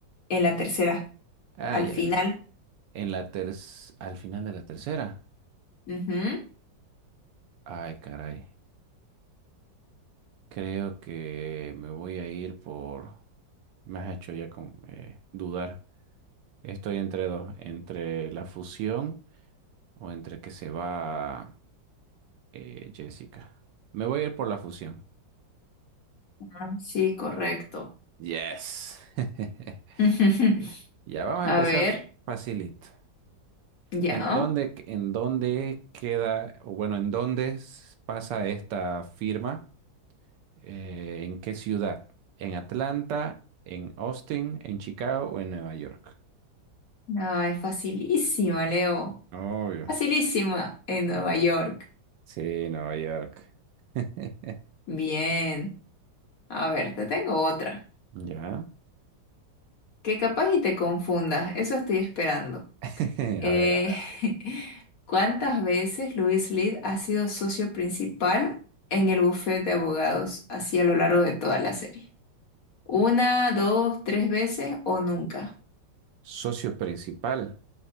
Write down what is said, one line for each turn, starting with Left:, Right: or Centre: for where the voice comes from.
Left: en la tercera,
Right: Ah,
Left: al
Right: ya,
Left: final.
Right: en, en la ter- al final de la tercera.
Left: Ujú.
Right: Ay, caray. Creo que me voy a ir por... Me has hecho ya con, eh, dudar. Estoy entre dos, entre la fusión o entre que se va eh, Jessica. Me voy a ir por la fusión.
Left: Ah, Sí, correcto.
Right: Yes. <laughs>
Left: <laughs>
Right: Ya vamos
Left: A
Right: a empezar
Left: ver,
Right: facilito.
Left: ya.
Right: ¿En dónde, en dónde queda, o bueno, en dónde s- pasa esta firma? Eh, ¿en qué ciudad? ¿En Atlanta? ¿En Austin? ¿En Chicago o en Nueva York?
Left: Ay, facilísima, Leo.
Right: Obvio.
Left: Facilísima en Nueva York.
Right: Sí, Nueva York. <laughs>
Left: Bien. A ver, te tengo otra,
Right: Ya.
Left: que capaz y te confundas, eso estoy esperando.
Right: <laughs>
Left: Eh,
Right: A ver, a ver.
Left: <laughs> ¿cuántas veces Luis Lid ha sido socio principal en el bufete de abogados así a lo largo de toda la serie? ¿Una, dos, tres veces o nunca?
Right: Socio principal.